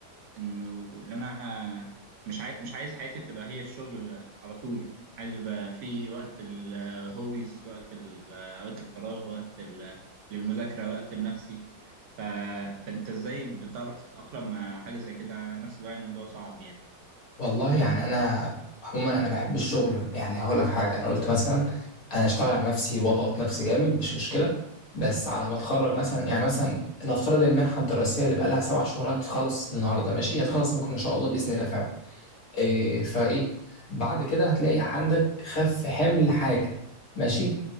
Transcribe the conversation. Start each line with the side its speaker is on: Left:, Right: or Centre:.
Right: انه اللي انا مش عاي... مش عايز حياتي تبقى هي الشغل على طول عايز يبقى في وقت الهوبيز وقت ال... وقت الفراغ وقت ال... للمذاكرة وقت لنفسي ف... فانت ازاي بتعرف تتأقلم مع حاجة زي كده أنا نفسي بقى الموضوع صعب يعني
Left: والله يعني انا عموما انا بحب الشغل يعني هقول لك حاجه انا قلت مثلا انا اشتغل على نفسي واضغط نفسي جامد مش مشكله بس على ما اتخرج مثلا يعني مثلا نفترض المنحه الدراسيه اللي بقى لها سبع شهور هتخلص النهارده ماشي هتخلص بكره ان شاء الله باذن الله فعلا إيه فايه بعد كده هتلاقي عندك خف حمل حاجه ماشي